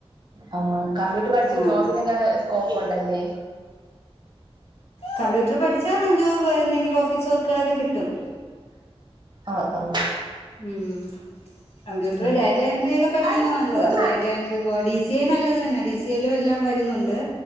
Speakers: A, on the right (about 45°); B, on the left (about 70°).
A: ഓഹ് കമ്പ്യൂട്ടർ പഠ്ച്ചാ
B: ആഹ്
A: ജോബ്നാെക്കേ സ്കോപ്പുണ്ടല്ലേ
B: കമ്പ്യൂട്ടർ പഠിച്ചാ ജോബ് എന്തെങ്കിലും ഓഫീസ് വർക്ക്കളാെക്കെ കിട്ടും
A: ആഹ് ആഹ്
B: ഉം കമ്പ്യൂട്ടെറ്
A: ഉം
B: ഡാറ്റ എൻട്രിയൊക്കെ പഠിക്ക്ന്ന
A: ഓഹ്
B: നല്ലതാ
A: ഓഹ്
B: ഡാറ്റ എൻട്രി ബോഡീ സിയേം നല്ലത് തന്നെ ഡി സി യേലും എല്ലാം വര്ന്നുണ്ട്